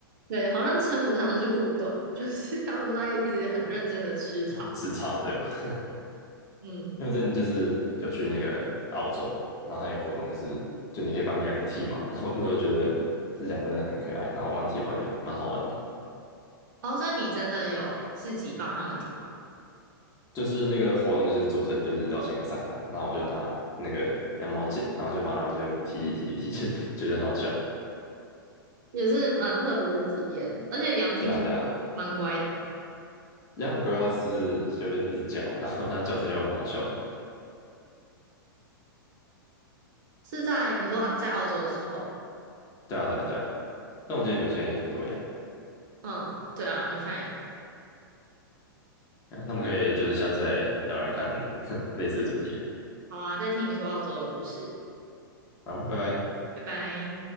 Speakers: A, on the right; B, on the left.
A: 对，好像称不上是互动，<laughs> 就是他们都在一直很认真的吃草。
B: 哦，吃草对吗？<laughs>
A: 嗯，
B: 因为我之前就是有去那个澳洲，然后它有个活动就是就你可以帮羊剃毛，然后那时候觉得这羊真的很可爱，然后帮它剃毛也蛮好玩的。
A: 哦，所以你真的有自己帮他们听吗？
B: 就是那个活动，就是主持人就是邀请我上来啊，然后我就拿那个羊毛剪，然后就帮它这边剃剃剃剃，<laughs> 就觉得很好笑。
A: 也是蛮特别的体验，而且羊听起来蛮乖的，
B: 对啊，对啊，养龟它只是就会一直叫，然后它叫声又蛮好笑的。
A: 是在你说在澳洲的时候，
B: 对啊，对啊，对啊。但我记得纽现在也很多羊。
A: 嗯，对啊，牛西兰也很。
B: 啊那我们可以就是下次再聊聊看 <laughs> 类似的主题。
A: 好啊，再听你说澳洲的故事，
B: 好，拜拜。
A: 拜拜。